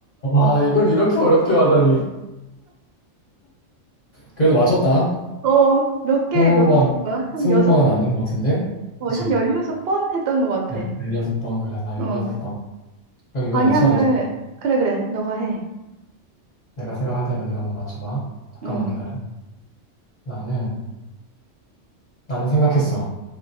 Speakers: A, on the left (about 40°); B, on the right (about 60°).
A: 와, 이걸 이렇게 어렵게 하다니. 그래도 맞췄다.
B: 어, 몇 개,
A: 스무
B: 몇
A: 번,
B: 개인 가한
A: 스무
B: 여섯,
A: 번은 안 된 것 같은데?
B: 어,
A: 그치?
B: 한 열여섯 번 했던 것 같아.
A: 열- 16번, 그래, 나
B: 어,
A: 16번. 그럼 이번내
B: 방향을,
A: 차례지.
B: 그래, 그래, 너가 해.
A: 내가 생각할 테니까 네가 한번 맞춰봐. 잠깐만
B: 응,
A: 기다려. 나는, 나는 생각했어.